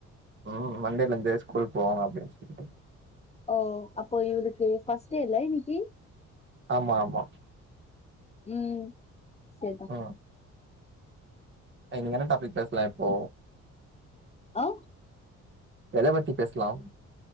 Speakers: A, on the right; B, on the left.
A: ம் மண்டேலந்து ஸ்கூல் போவாங்க அப்பிடின் சொல்ட்டு
B: ஓ அப்போ இவுளுக்கு ஃபர்ஸ்ட்டே இல்ல இன்னிக்கு
A: ஆமா ஆமா
B: ம் சரிதா
A: ஆ இன்னிக்கு என்ன டாபிக் பேசலா இப்போ
B: ஆ
A: எதபத்தி பேசலா